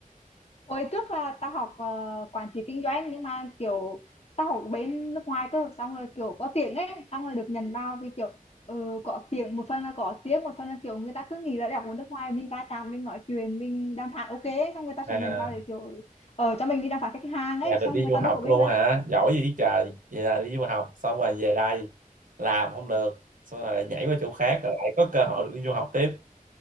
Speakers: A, on the left (about 45°); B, on the right (about 70°).
A: hồi trước là tao học ờ, quản trị kinh doanh nhưng mà kiểu tao học bên nước ngoài cơ xong rồi kiểu có tiếng ấy xong rồi được nhận vào vì kiểu ừ, có tiếng một phần là có tiếng một phần là kiểu người ta cứ nghĩ là đại học ở nước ngoài mình va chạm mình nói chuyện mình đàm phán ok ấy, xong người ta
B: à
A: sẽ nhận vào để kiểu ở cho mình đi đàm phán khách hàng ấy
B: bà được
A: xong
B: đi
A: người
B: du
A: ta
B: học
A: đâu có biết
B: luôn
A: là
B: hả giỏi gì trời vậy là đi du học xong rồi về đây làm không được xong rồi lại nhảy qua chỗ khác rồi lại có cơ hội được đi du học tiếp